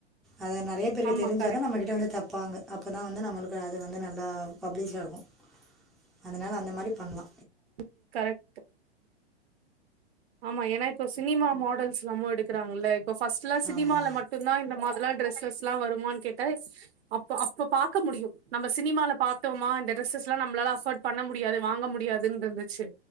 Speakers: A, in the centre; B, on the right.
A: அத நெறைய பேருக்கு
B: ஆமா
A: தெரிஞ்சாதா
B: கரெக்ட்
A: நம்ம கிட்ட வந்து தப்பாங்க அப்ப தான் வந்து நம்மளுக்கு அது வந்து நல்லா பப்ளிஷ் ஆகும் அதனால அந்த மாரி பண்லா
B: உம் கரெக்ட்டு ஆமா ஏன்னா இப்ப சினிமா மாடல்ஸ் எல்லாமு எடுக்குறாங்கல்ல இப்போ ஃபர்ஸ்ட்ல்லா சினிமால
A: ஆமா,
B: மட்டுதா இந்த மாதி லா ட்ரெஸ்ஸஸ்ல்லா வருமான்னு கேட்ட அப்ப அப்ப பாக்க முடியு நம்ம சினிமால பாத்தோமா இந்த டிரெஸ்ஸஸ்லா நம்மளால அஃபர்ட் பண்ண முடியாது வாங்க முடியாதுன்றுருந்துச்சு